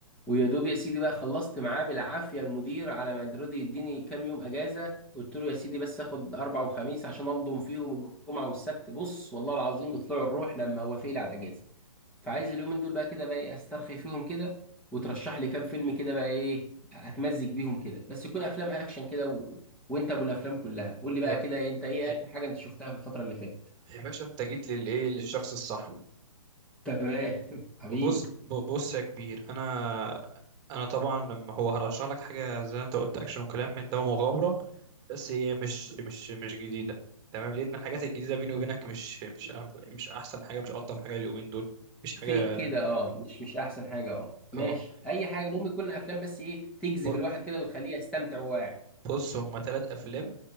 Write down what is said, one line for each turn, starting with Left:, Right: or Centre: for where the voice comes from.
Centre: ويا دوب يا سيدي بقى خلصت معاه بالعافيه المدير على ما رضي يديني كام يوم اجازه قلت له يا سيدي بس اخد اربع وخميس عشان انضم فيهم الجمعه والسبت بص والله العظيم بيطلعوا الروح لما وافق لي على الاجازه فعايز اليومين دول بقى كده بقى ايه استرخي فيهم كده وترشح لي كام فيلم كده بقى ايه اتمزج بيهم كده بس يكون افلام اكشن كده و... وانت ابو الافلام كلها قول لي بقى
Right: يا
Centre: كده إيه، انت ايه
Right: يا
Centre: اخر حاجه انت شفتها في الفتره اللي فاتت
Right: يا باشا انت جيت للايه للشخص الصح
Centre: تمام <laughs> حبيبي
Right: بص ب- بص يا كبير انا انا طبعا لما هو هرشح لك حاجه زي ما انت قلت اكشن وكلام من ده ومغامره بس هي مش مش مش جديده تمام لان الحاجات الجديده بيني وبينك مش مش أهم- مش احسن حاجه مش الطف حاجه اليومين دول مش حاجه
Centre: فيك كده اه مش مش احسن حاجه اه
Right: اه
Centre: ماشي اي حاجه المهم يكون افلام بس ايه تجذب
Right: ب-
Centre: الواحد كده وتخليه يستمتع وهو قاعد
Right: بص هما ثلاث افلام